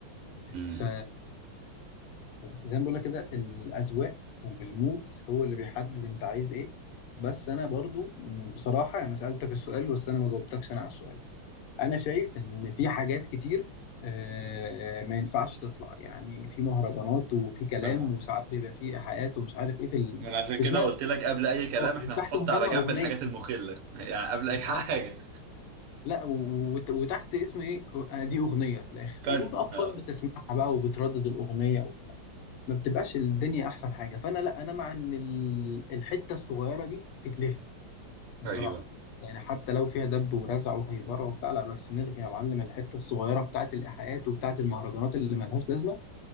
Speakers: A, on the right; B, on the left.
A: امم
B: ف زي ما بقول لك كده الاذواق والمود هو اللي بيحدد انت عايز ايه بس انا برضو م، بصراحه انا سالتك السؤال بس انا ما جاوبتكش انا على السؤال انا شايف ان في حاجات كتير آه، ما ينفعش تطلع يعني في مهرجانات وفي كلام
A: اها
B: وساعات بيبقى في ايحاءات ومش عارف ايه في ال...
A: من عشان
B: واسمها
A: كده قلت لك قبل اي كلام
B: اه
A: احنا
B: وتحت
A: هنحط
B: مسمى
A: على جنب
B: اغنيه
A: الحاجات المخلة <laughs> يعني قبل
B: بالظبط
A: اي حاجة
B: لا و- وت- وتحت اسم ايه آه، دي اغنيه في الاخر
A: فن
B: وفي اطفال
A: اه
B: بتسمعها بقى وبتردد الاغنيه و... ما بتبقاش الدنيا احسن حاجه فانا لا انا مع ان ال- الحته الصغيره دي تتلغي بصراحة
A: ايوه
B: يعني حتى لو فيها دب ورزع وهيبرة وبتاع لا بس نلغي يا معلم الحتة الصغيرة بتاعة الإيحاءات وبتاعة المهرجانات اللي ملهاش لازمة